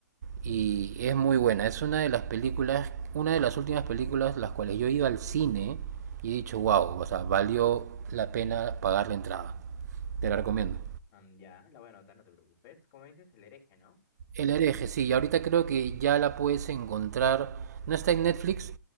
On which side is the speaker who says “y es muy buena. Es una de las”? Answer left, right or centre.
Right